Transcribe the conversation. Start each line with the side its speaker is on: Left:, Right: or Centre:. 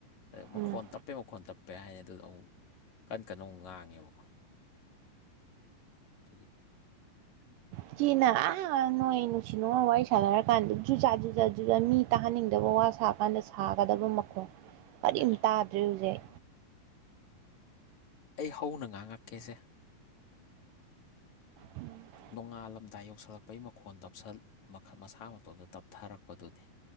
Left: ꯑꯗꯩ
Right: ꯎꯝ
Left: ꯃꯈꯣꯟ ꯇꯞꯄꯦ ꯃꯈꯣꯟ ꯇꯞꯄꯦ ꯍꯥꯏꯅꯤ ꯑꯗꯨꯗꯣ ꯑꯃꯨꯛ ꯀꯟ ꯀꯟꯅ ꯑꯃꯨꯛ ꯉꯥꯡꯉꯦꯕꯀꯣ ꯑꯗꯨꯒꯤ
Right: ꯏꯆꯦꯅ ꯑꯥ ꯅꯣꯏ ꯅꯨꯡꯁꯤ ꯅꯨꯡꯉꯣꯟ ꯋꯥꯔꯤ ꯁꯥꯟꯅꯔꯀꯥꯟꯗ ꯖꯨꯖꯥ ꯖꯨꯖꯥ ꯖꯨꯖꯥ ꯃꯤ ꯇꯥꯍꯟꯅꯤꯡꯗꯕ ꯋꯥ ꯁꯥꯕ ꯀꯥꯟꯅ ꯁꯥꯒꯗꯕ ꯃꯈꯣꯡ ꯀꯔꯤꯝ
Left: ꯑꯥ ꯑꯥ
Right: ꯇꯥꯗ꯭ꯔꯦ ꯍꯨꯖꯤꯛ
Left: ꯑꯩ ꯍꯧꯅ ꯉꯥꯡꯉꯛꯀꯦꯁꯦ
Right: ꯎꯝ
Left: ꯅꯣꯡꯉꯥꯜꯂꯝꯗꯥꯏ ꯌꯧꯁꯜꯂꯛꯄꯩ ꯃꯈꯣꯟ ꯇꯞꯁꯜ ꯃꯈꯜ ꯃꯁꯥ ꯃꯇꯣꯟꯇ ꯇꯞꯊꯔꯛꯄꯗꯨꯅꯦ